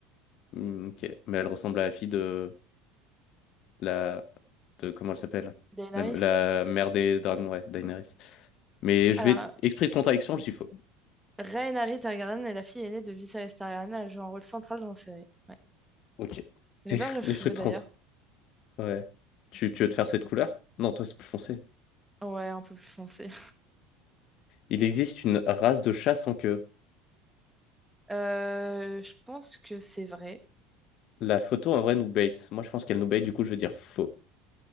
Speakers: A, on the left; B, in the centre.
A: Hmm, Ok. Mais elle ressemble à la fille de... la. de- comment elle s'appelle?
B: Daenerys.
A: La, la mère des dragons, ouais, Daenerys. Mais
B: Alors,
A: je vais, esprit de contradiction, je dis faux.
B: Rhaenyra Targaryen est la fille aînée de Viserys Targaryen. Elle joue un rôle central dans la série. Ouais.
A: Ok.
B: J'adore
A: C'est <laughs>
B: le cheveux
A: L'esprit de
B: d'ailleurs.
A: trente. Ouais. Tu, tu veux te faire cette couleur? Non, toi, c'est plus foncé.
B: Ouais, un peu plus foncé.
A: Il existe une race de chat sans queue.
B: Euh, je pense que c'est vrai.
A: La photo, en vrai, nous bait. Moi, je pense qu'elle nous bait, du coup, je vais dire faux.